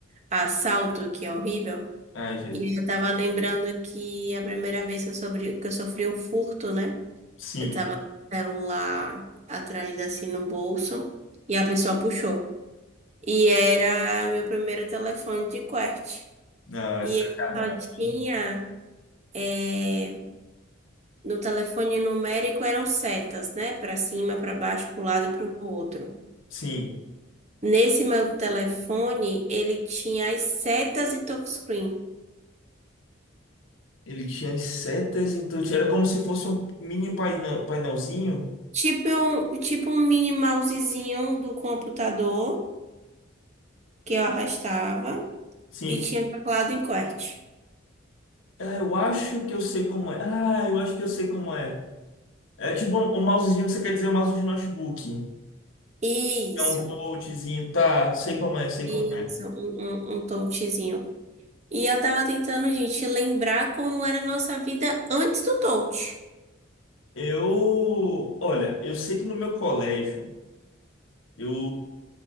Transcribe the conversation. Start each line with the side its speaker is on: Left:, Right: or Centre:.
Right: assalto, que é horrível,
Left: Ai, Jesus.
Right: e eu tava lembrando que a primeira vez que eu sofri, que eu sofri um furto, né?
Left: Sim.
Right: Eu tava com o celular atrás, assim, no bolso, e a pessoa puxou. E era meu primeiro telefone de QWERTY.
Left: Ah, é
Right: E
Left: sacanagem.
Right: ele só tinha, eh, no telefone numérico eram setas, né? Pra cima, pra baixo, pro lado e pro outro.
Left: Sim,
Right: Nesse meu telefone, ele tinha as setas e touchscreen.
Left: ele tinha as setas, então tinha- era como se fosse um mini painel, painelzinho.
Right: Tipo um, tipo um mini mousezinho do computador que eu arrastava
Left: Sim.
Right: e tinha teclado em QWERTY.
Left: Ah, eu acho que eu sei como é. Ah, eu acho que eu sei como é. É tipo um, um mousezinho que você quer dizer um mouse de notebook.
Right: Isso,
Left: É um touchzinho, tá? Sei como é, sei
Right: isso,
Left: como é.
Right: um, um, um touchzinho. E eu tava tentando, gente, lembrar como era a nossa vida antes do touch.
Left: Eu, olha, eu sei que no meu colégio, eu,